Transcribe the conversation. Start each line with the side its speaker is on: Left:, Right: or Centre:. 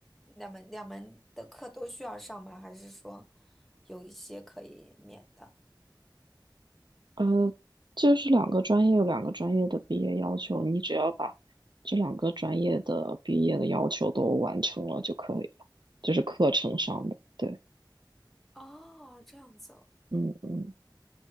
Centre: 两门两门的课都需要上吗？还是说有一些可以免的？
Right: 呃，就是两个专业有两个专业的毕业要求，你只要把这两个专业的毕业的要求都完成了就可以了，就是课程上的。对，
Centre: 哦，这样子哦，
Right: 嗯嗯，